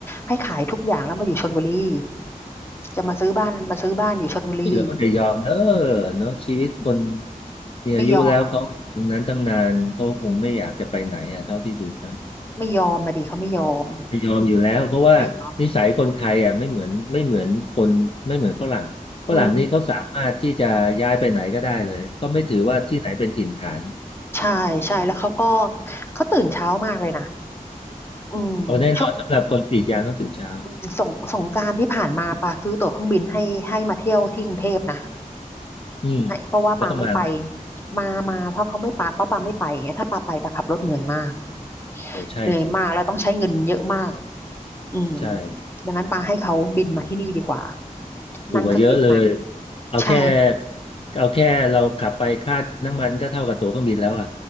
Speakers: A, on the left (about 15°); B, on the left (about 40°).
A: ให้ขายทุกอย่างแล้วมาอยู่ชลบุรีจะมาซื้อบ้านมาซื้อบ้านอยู่ชลบุรี
B: ที่เลือก็จะยอมเออเนาะชีวิตคนมีอายุแล้วเขาตรงนั้นตั้งนานเขาคงไม่อยากจะไปไหนอ่ะเท่าที่ดูนะ
A: ไม่ยอมไม่ยอมมาดิเขาไม่ยอม
B: ไม่ยอมอยู่แล้วเพราะว่านิสัยคนไทยอ่ะไม่เหมือนไม่เหมือนคนไม่เหมือนฝรั่งฝรั่งนี่เขาสามารถที่จะย้ายไปไหนก็ได้เลยเขาไม่ถือว่าที่ไหนเป็นถิ่นฐาน
A: อืมไม่ยอมอืมใช่ใช่แล้วเขาก็เขาตื่นเช้ามากเลยนะอืมช่วง
B: เอาแน่นอนสำหรับคนกรีดยางต้องตื่นเช้า
A: อืมสงสงกรานต์ที่ผ่านมาปาซื้อตั๋วเครื่องบินให้ให้มาเที่ยวที่กรุงเทพนะ
B: อืม
A: ให้เพราะว่าปาไม่ไป
B: แล้วก็มาไหม
A: มามาเพราะเขาไม่ปาเพราะปาไม่ไปไงถ้าปาไปปาขับรถเหนื่อยมาก
B: โอ้ใช่ถือ
A: เหนื่อยมากแล้วต้องใช้เงินเยอะมากอืม
B: ใช่
A: ดังนั้นปาให้เขาบินมาที่นี่ดีกว่า
B: ถูกกว่าเยอะเลย
A: นั่งเครื่องบินมา
B: เอาแค่
A: ใช่
B: เอาแค่เราขับไปค่าน้ำมันก็เท่ากับตั๋วเครื่องบินแล้วอ่ะ